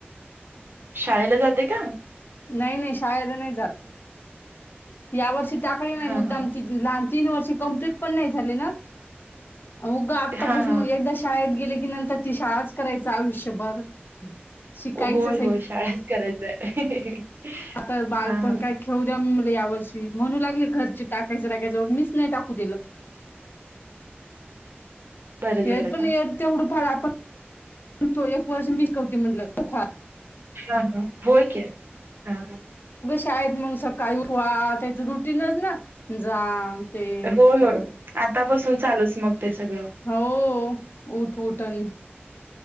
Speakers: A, on the right; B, on the left.
A: शाळेला जाते का
B: नाही नाही शाळला नाही जात या वर्षी टाकलं नाही
A: हा
B: मुद्दाम.
A: हा
B: लहान तीन वर्ष कंप्लीट पण नाही झाले ना उ ग आत्तापासून
A: हा हा
B: म एकदा शाळेत गेले की नंतर ती शाळाच करायचं आयुष्यभर शिकायचंच
A: होय होय
B: आहे
A: शाळाच करायचंय
B: आता बालपण
A: हा हा
B: काय ठेव द्या या वर्षी म्हणू लागले घरचे टाकायचे टाकायच्यावळ मीस नाही टाकू दिलं
A: <inaudible> बरं
B: हे
A: झालं
B: पण
A: का
B: य तेवढं फार आपण तो एक वर्ष मी कवती म्हधलं का
A: हा हा होय क हा
B: शाळेत मग सकाळी उ्हा त्याच रुटीनच ना जा ते
A: होय
B: सगळं
A: होय आतापासून चालूच मग ते सगळं
B: हो उठ उठन